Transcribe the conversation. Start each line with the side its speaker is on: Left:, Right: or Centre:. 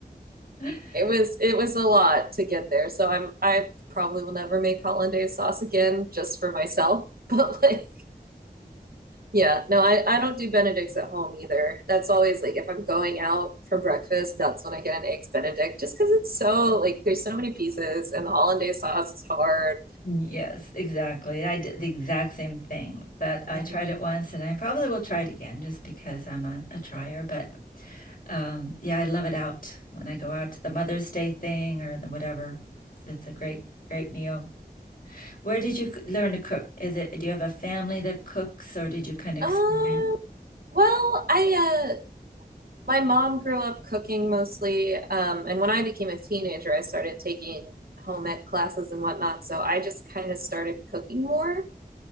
Left: <laughs>
Right: it was it was a lot to get there. So I'm I probably will never make hollandaise sauce again just for myself. <laughs> But like yeah, no, I, I don't do Benedicts at home either. That's always like if I'm going out for breakfast, that's when I get an eggs Benedict just because it's so like there's so many pieces and the hollandaise sauce is hard.
Left: Yes, exactly. I did the exact same thing, but I
Right: Mm-hmm.
Left: tried it once and I probably will try it again just because I'm a, a trier. But um, yeah, I love it out when I go out to the Mother's Day thing or the whatever. It's a great, great meal. Where did you c- learn to cook? Is it, do you have a family that cooks or did you kind of
Right: Um,
Left: experiment? <laughs>
Right: well, I uh my mom grew up cooking mostly, um, and when I became a teenager, I started taking home ec classes and whatnot. So I just kind of started cooking more,